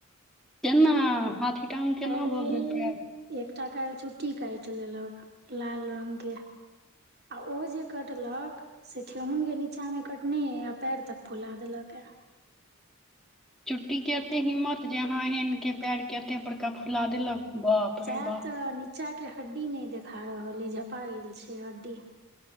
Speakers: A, in the centre; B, on the right.
A: केना हाथी टांग केना
B: अरे
A: भऽ गेल पाएर।
B: एकटा काएल चुट्टी काएट लेलक लाल रंग के। आ ओ जे कटलक से ठेहगुन के नीचा मे कटने ए आ पाएर तक फुला देलक ए।
A: चुट्टीके एते हिम्मत जे अहाँ एहन के पाएर के एते बड़का फुला देलक। बाप
B: साएह
A: रे बाप
B: तऽ नीचा के हड्डी नै देखा रहल अय, झपा गेल छै हड्डी।